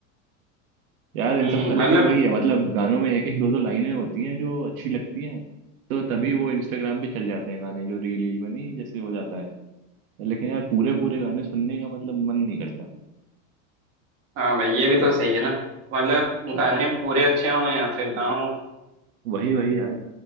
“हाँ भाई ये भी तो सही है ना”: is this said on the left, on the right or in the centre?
Right